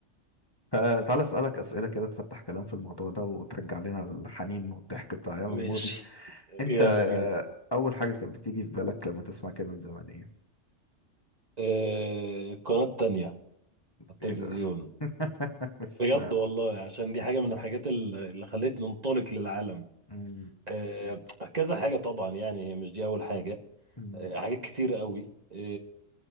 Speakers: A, on the left (about 20°); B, on the right (about 35°).
A: فتعالى اسألك اسئلة كده تفتح كلام في الموضوع ده وترجع لنا الحنين والضحك بتاع ايام
B: ماشي
A: الماضي
B: يلا
A: انت آه،
B: بينا
A: اول حاجه كانت بتيجي في بالك لما تسمع كلمه زمان ايه
B: آه القناة التانية على التلفزيون
A: ايه ده <laughs> مش
B: بجد
A: فاهم
B: والله عشان دي حاجة من الحاجات ال- اللي خلتني انطلق للعالم
A: مم،
B: آه كذا حاجة طبعا يعني مش دي أول حاجة
A: مم،
B: آه، حاجات كتير قوي آه،